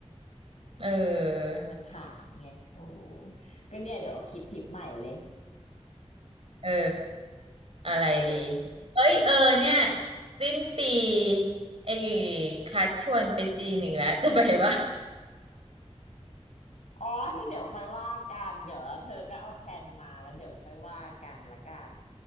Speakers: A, on the right (about 55°); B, on the left (about 80°).
A: ๆเออ
B: มันมาถามไงโอ้ก็เนี่ยเดี๋ยวคิดทริปใหม่เลย
A: เอออะไรดี
B: เออ
A: เอ้ยเออเนี่ยสิ้นปีไอ้คัดชวนไปจีนอีกแล้วจะไปปะ
B: อ๋อให้เดี๋ยวค่อยว่ากันเดี๋ยวเธอก็เอาแผนมาแล้วเดี๋ยวค่อยว่ากันละกัน